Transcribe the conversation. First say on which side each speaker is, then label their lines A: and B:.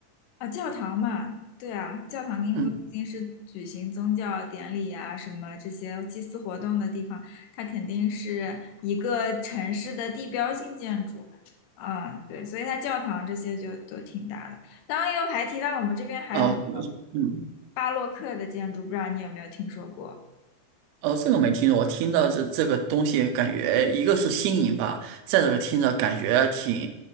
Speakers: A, on the left; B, on the right.
A: 啊，教堂嘛，对啊，教堂因为毕竟是举行宗教典礼啊什么这些祭祀活动的地方，
B: 嗯，
A: 它肯定是一个城市的地标性建筑，啊，对，所以它教堂这些就都挺大的。当然又还提到我们这边还有那种
B: 哦，嗯。
A: 巴洛克的建筑，不知道你有没有听说过？
B: 哦，这个没听过，我听到是这个东西，感觉一个是新颖吧，再这个听着感觉挺